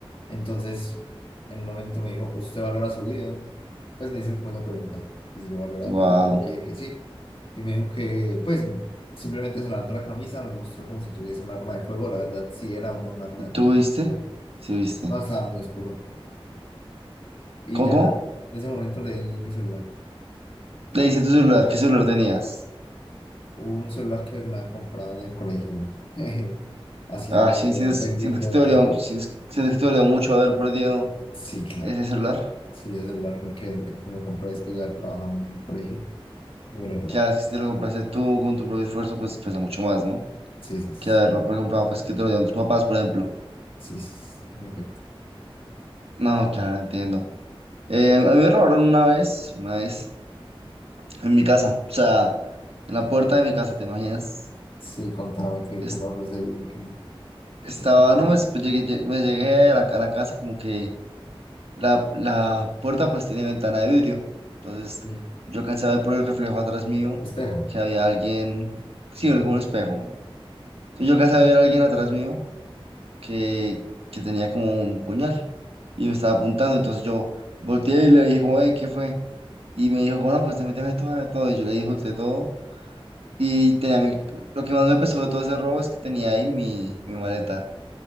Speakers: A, on the left; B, on the right.
A: Entonces, en un momento me dijo, ¿usted valora su vida? Pues me hizo como esa pregunta, que si yo valoraba
B: Wow.
A: mi vida, yo le dije que sí. Y me dijo que, pues, simplemente se levantó la camisa, me mostró como si tuviese un arma de fuego, la verdad sí era uno un arma de
B: ¿Tú
A: fuego.
B: viste?
A: ¿eh?
B: Sí, viste.
A: No estaba muy oscuro. Y
B: ¿Cómo,
A: ya
B: cómo?
A: en ese momento le di mi celular,
B: Le dice tu celular, ¿qué celular tenías?
A: un celular que me había comprado en el colegio, <laughs> haciendo,
B: Ah, sí, siento, siento
A: vendiendo,
B: que te dolió, siento, siento que te dolió mucho haber perdido
A: sí, claro,
B: ese celular.
A: sí, ese celular fue el que, el que me compré después de haber trabajado en un colegio y me lo robó.
B: Claro, que si te lo compraste tú con tu propio esfuerzo, pues pesa mucho más, ¿no?
A: Sí, sí. sí.
B: Que haberlo comprado, pues que te lo dieron tus papás, por ejemplo.
A: Sí, sí, sí, en efecto.
B: No, claro, entiendo. Eh, a mí me robaron una vez, una vez, en mi casa, o sea, en la puerta de mi casa, ¿te imaginas?
A: Sí, contame qué,
B: Es-
A: qué pasó ese día. qué-
B: estaba,
A: qué sucedió.
B: no, me, pues, llegué, lle- me llegué a la, a la casa como que La, la puerta pues tiene ventana de vidrio. Entonces
A: Me-
B: yo alcancé a ver por el reflejo atrás mío
A: espejo.
B: que había alguien, sí, era como un espejo. Entonces yo alcancé a ver a alguien atrás mío que, que tenía como un puñal y me estaba apuntando. Entonces yo volteé y le dije como, "Ey, ¿qué fue? Y me dijo, bueno, pues te méteme todo, dame todo. Y yo le dije, de todo. Y tenía mi, lo que más me pesó de todo ese robo es que tenía ahí mi, mi maleta.